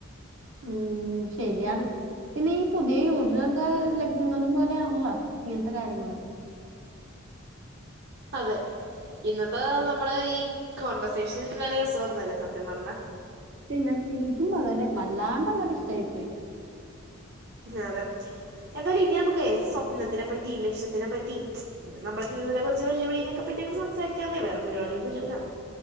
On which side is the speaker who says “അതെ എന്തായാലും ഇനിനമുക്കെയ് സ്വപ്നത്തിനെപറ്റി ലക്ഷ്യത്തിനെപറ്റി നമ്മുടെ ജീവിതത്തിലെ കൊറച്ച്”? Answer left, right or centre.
Right